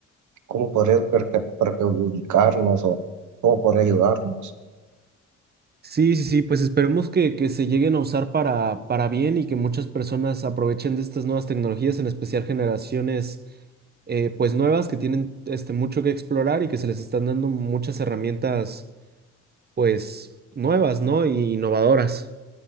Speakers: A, on the right; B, on the right.
A: cómo podría perca- perjudicarnos o cómo podría ayudarnos.
B: Sí, sí, sí, pues esperemos que, que se lleguen a usar para, para bien y que muchas personas aprovechen de estas nuevas tecnologías, en especial generaciones eh, pues nuevas que tienen este, mucho que explorar y que se les están dando muchas herramientas pues nuevas, ¿no? Y innovadoras.